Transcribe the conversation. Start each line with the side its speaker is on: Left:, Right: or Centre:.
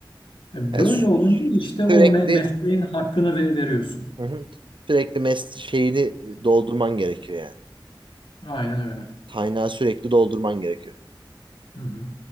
Left: E,
Right: Yani
Left: böyle
Right: sü-
Left: olunca işte o
Right: sürekli
Left: me- mesleğin hakkını ve veriyorsun.
Right: Hı hı. sürekli mes şeyini doldurman gerekiyor yani.
Left: Aynen öyle.
Right: Kaynağı sürekli doldurman gerekiyor.
Left: Hı hı.